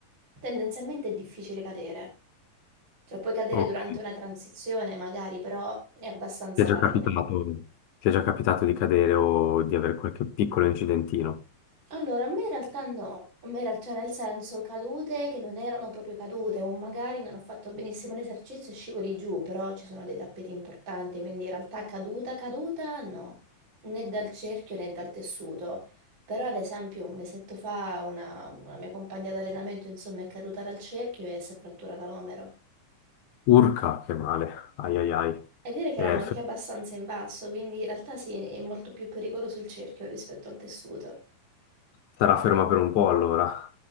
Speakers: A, on the right; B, on the left.
A: tendenzialmente è difficile cadere. Cioè puoi cadere
B: Ok.
A: durante una transizione magari, però è abbastanza
B: Ti è già
A: rara
B: capitato, ti è già capitato di cadere o di avere qualche piccolo incidentino?
A: Allora, a me in realtà no, a me in realtà nel senso cadute che non erano proprio cadute o magari non ho fatto benissimo l'esercizio e scivoli giù, però ci sono dei tappeti importanti, quindi in realtà caduta, caduta no, né dal cerchio né dal tessuto. Però ad esempio un mesetto fa una, una mia compagna d'allenamento insomma è caduta dal cerchio e si è fratturata l'omero.
B: Urca, che male. Ai ai ai.
A: E dire che
B: Eh,
A: eravamo anche
B: fer-
A: abbastanza in basso, quindi in realtà sì, è molto più pericoloso il cerchio rispetto al tessuto.
B: sarà ferma per un po' allora.